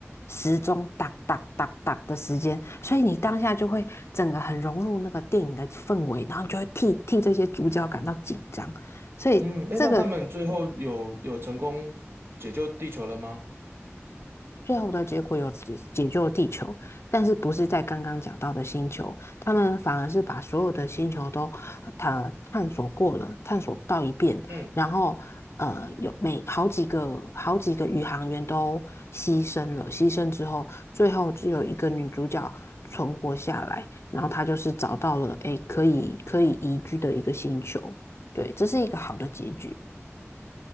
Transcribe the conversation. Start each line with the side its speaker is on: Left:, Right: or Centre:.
Left: 时钟哒哒哒哒的时间，所以你当下就会整个很融入那个电影的氛围，然后你就会替替这些主角感到紧张，所以这个
Right: 嗯，哎，那他们最后有有成功解救地球了吗？
Left: 最后的结果有解解救地球，但是不是在刚刚讲到的星球，他们反而是把所有的星球都探探索过了，探索到一遍，
Right: 嗯
Left: 然后呃有每好几个好几个宇航员都牺牲了，牺牲之后，最后只有一个女主角存活下来，然后她就是找到了诶可以可以宜居的一个星球，对，这是一个好的结局，